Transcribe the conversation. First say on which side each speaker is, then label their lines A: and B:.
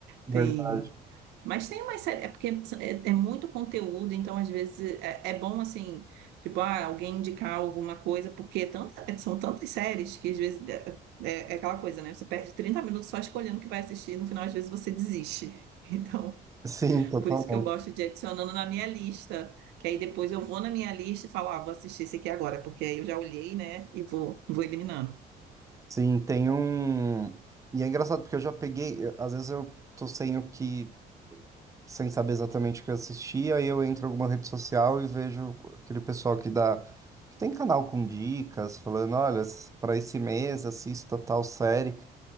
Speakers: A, on the right; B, on the right.
A: verdade.
B: tem Mas tem uma série, é porque é, é muito conteúdo, então às vezes é, é bom assim, tipo, ah, alguém indicar alguma coisa, porque é tanta- é- são tantas séries que às vezes é, é- é aquela coisa, né? Você perde 30 minutos só escolhendo o que vai assistir, e no final às vezes você desiste. <laughs> Então,
A: Sim, totalmente.
B: por isso que eu gosto de ir adicionando na minha lista, que aí depois eu vou na minha lista e falo, ah, vou assistir esse aqui agora, porque aí eu já olhei, né, e vou, vou eliminando.
A: Sim, tem um. E é engraçado porque eu já peguei. eu- Às vezes eu tô sem o que. Sem saber exatamente o que eu assisti, aí eu entro em alguma rede social e vejo aquele pessoal que dá. Que tem canal com dicas, falando: olha, para esse mês assista tal série.